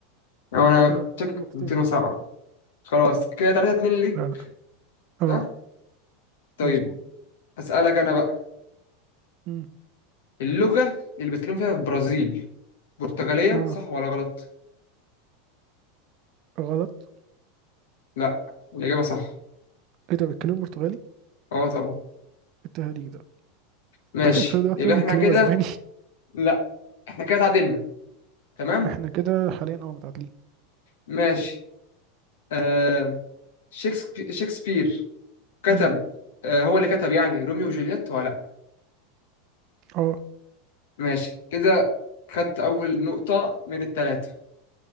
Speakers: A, on the left; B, on the right.
A: أو أنا
B: كده
A: كنت
B: هتبقى
A: شاكك
B: نقطتين
A: في 207
B: بس
A: خلاص كده 3 2 ليك
B: لا لا اه
A: صح؟ طيب
B: مظبوط
A: أسألك أنا بقى
B: مم.
A: اللغة اللي بيتكلموا فيها في البرازيل برتغالية
B: اه
A: صح ولا غلط؟
B: غلط
A: لا الإجابة صح
B: ايه ده بيتكلموا برتغالي
A: اه طبعا
B: التهريج ده <laughs>
A: ماشي
B: كل ده محسوب
A: يبقى احنا
B: بيتكلموا
A: كده
B: اسباني
A: لا احنا كده اتعادلنا تمام؟
B: احنا كده حاليا اه متعادلين
A: ماشي آه شكسبي- شكسبير كتب
B: مم.
A: آه هو اللي كتب يعني روميو وجولييت ولا لا
B: اه
A: ماشي كده خدت أول نقطة من التلاتة